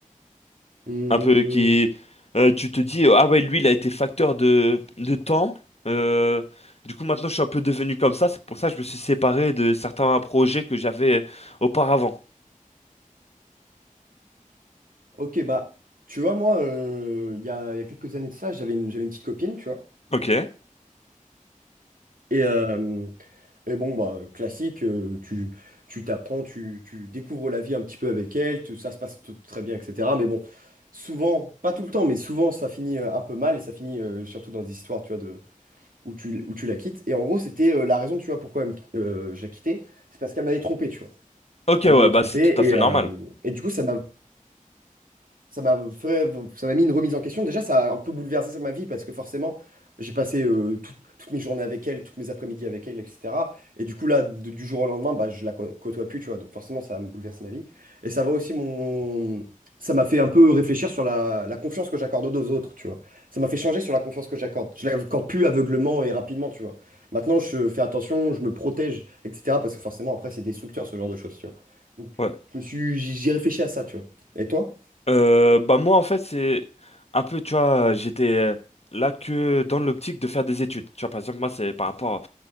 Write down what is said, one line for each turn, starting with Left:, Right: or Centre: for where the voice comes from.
Right: Hum,
Left: Un peu, qui, euh, tu te dis, ah ouais, lui, il a été facteur de, de temps. Euh, du coup, maintenant, je suis un peu devenu comme ça. C'est pour ça que je me suis séparé de certains projets que j'avais euh, auparavant.
Right: ok, bah, tu vois, moi, euh, il y a, il y a quelques années de ça, j'avais une, j'avais une petite copine, tu vois.
Left: Ok.
Right: Et, euh, et bon, bah, classique, euh, tu, tu t'apprends, tu, tu découvres la vie un petit peu avec elle, tu- ça se passe t- très bien, etc. Mais bon, souvent, pas tout le temps, mais souvent, ça finit euh, un peu mal, et ça finit euh, surtout dans des histoires, tu vois, où tu, où tu la quittes. Et en gros, c'était euh, la raison, tu vois, pourquoi elle me qui- euh, je la quittais. C'est parce qu'elle m'avait trompé, tu vois.
Left: Ok, ouais,
Right: Elle m'avait
Left: bah,
Right: trompé
Left: c'est tout
Right: et,
Left: à fait normal.
Right: euh, et du coup, ça m'a ça m'a fait- ça m'a mis une remise en question. Déjà, ça a un peu bouleversé ma vie parce que forcément, j'ai passé euh, tout- toutes mes journées avec elle, toutes mes après-midi avec elle, etc. Et du coup, là, de- du jour au lendemain, bah, je la cô- côtoie plus, tu vois. Donc forcément, ça me bouleverse ma vie. Et ça va aussi mon... Ça m'a fait un peu réfléchir sur la, la confiance que j'accorde aux autres, tu vois. Ça m'a fait changer sur la confiance que j'accorde. Je l'accorde plus aveuglément et rapidement, tu vois. Maintenant, je fais attention, je me protège, etc. Parce que forcément, après, c'est destructeur, ce genre de choses, tu vois. Donc,
Left: Ouais.
Right: je me suis... J'y réfléchi à ça, tu vois. Et toi?
Left: Euh, bah moi en fait c'est un peu tu vois j'étais euh, là que dans l'optique de faire des études tu vois par exemple moi c'est par rapport